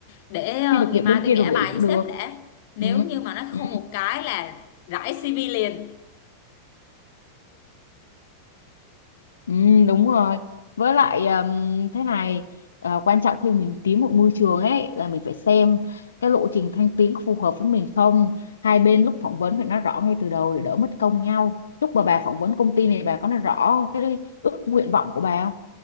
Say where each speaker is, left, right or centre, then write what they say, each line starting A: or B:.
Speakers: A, on the left; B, on the left.
A: để ờ,
B: xin được
A: ngày
B: việc
A: mai
B: bên
A: tôi
B: kia
A: ngã
B: rồi nghỉ
A: bài
B: cũng
A: với sếp
B: được
A: đã. Nếu
B: ừ.
A: như mà nó
B: Ừ.
A: không một cái là rải CV liền.
B: Ừ, đúng rồi. Với lại ừm, thế này ờ, quan trọng khi mình tìm một môi trường ấy là mình phải xem cái lộ trình thăng tiến có phù hợp với mình không. Hai bên lúc phỏng vấn phải nói rõ ngay từ đầu để đỡ mất công nhau. Lúc mà bà phỏng vấn công ty này bà có nói rõ cái ước nguyện vọng của bà không?